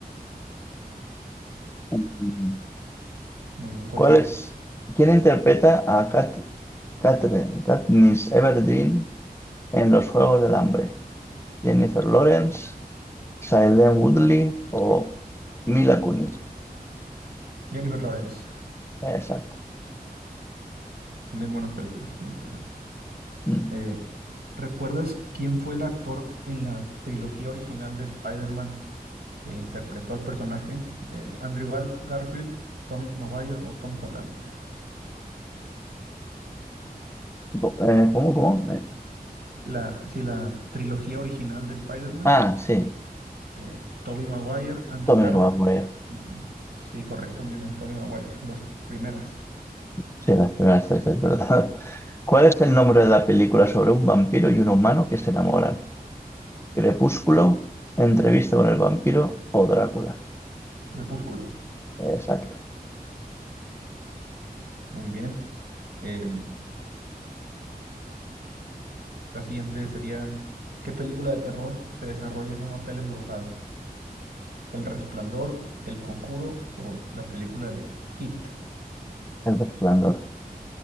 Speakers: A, on the left (about 15°); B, on the right (about 85°).
A: Mm,
B: muy bien. ¿Cuál
A: ¿Cuál
B: sigue?
A: es? ¿Quién interpreta a Kat, Catherine, Katniss Everdeen en Los Juegos del Hambre? ¿Jennifer Lawrence, Shailene Woodley o Mila Kunis?
B: Jennifer Lawrence.
A: Exacto.
B: También buenas películas, me gustan esas.
A: Mm.
B: Eh, ¿recuerdas quién fue el actor en la trilogía original de Spider-Man que interpretó al personaje? Eh, ¿Andrew Garf- Garfield, Tommy Maguire o Tom Holland?
A: Co- eh, ¿Cómo, cómo? Eh,
B: La, sí, la trilogía original de Spider-Man,
A: Ah, sí,
B: eh, Tobey Maguire, Andrew
A: Tommy
B: Garfield.
A: Maguire.
B: bueno, Sí, correcto, muy bien, Tommy Maguire, las primeras.
A: Sí, las primeras tres, es verdad. <laughs> ¿Cuál es el nombre de la película sobre un vampiro y un humano que se enamoran? ¿Crepúsculo, Entrevista con el vampiro o Drácula?
B: Crepúsculo,
A: Exacto,
B: muy bien. Eh, la siguiente sería, ¿qué película de terror se desarrolla en un hotel embrujado? El Resplandor, El Conjuro o la película de It.
A: El Resplandor.